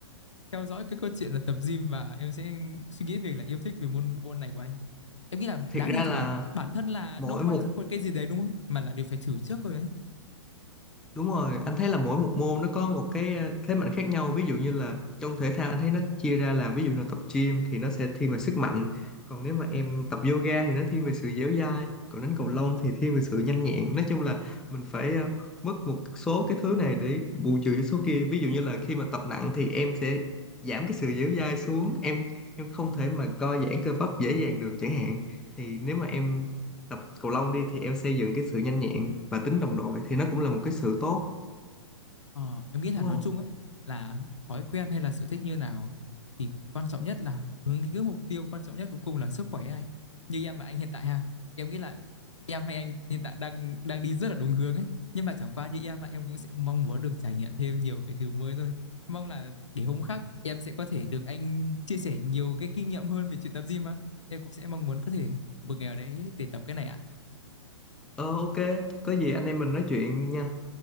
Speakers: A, on the left; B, in the centre.
A: theo dõi cái câu chuyện là tập gym và em sẽ suy nghĩ việc là yêu thích về môn bộ môn này của anh em nghĩ là
B: thiệt
A: đáng
B: ra
A: đi thử
B: là
A: ấy bản thân là
B: mỗi
A: đâu có
B: một
A: ai thích một cái gì đấy đúng không mà là đều phải thử trước rồi đấy
B: Đúng rồi, anh thấy là mỗi một môn nó có một cái ờ, thế mạnh khác nhau. Ví dụ như là trong thể thao anh thấy nó chia ra là ví dụ là tập gym thì nó sẽ thiên về sức mạnh. Còn nếu mà em tập yoga thì nó thiên về sự dẻo dai. Còn đánh cầu lông thì thiên về sự nhanh nhẹn. Nói chung là mình phải ờ, mất một số cái thứ này để bù trừ số kia. Ví dụ như là khi mà tập nặng thì em sẽ giảm cái sự dẻo dai xuống. Em em không thể mà co giãn cơ bắp dễ dàng được chẳng hạn. Thì nếu mà em tập cầu lông đi thì em xây dựng cái sự nhanh nhẹn và tính đồng đội thì nó cũng là một cái sự tốt
A: Ờ, em nghĩ là
B: đúng
A: nói
B: không
A: chung á là thói quen hay là sở thích như nào thì quan trọng nhất là hướng đến cái mục tiêu quan trọng nhất cuối cùng là sức khỏe anh. Như em và anh hiện tại ha, em nghĩ là em hay anh hiện tại đang đang đi rất là đúng hướng ấy, nhưng mà chẳng qua như em mà em cũng sẽ mong muốn được trải nghiệm thêm nhiều cái thứ mới thôi. Mong là để hôm khác em sẽ có thể được anh chia sẻ nhiều cái kinh nghiệm hơn về chuyện tập gym á. Em cũng sẽ mong muốn có thể một ngày nào đấy để tập cái này ạ.
B: ờ ok có gì anh em mình nói chuyện nha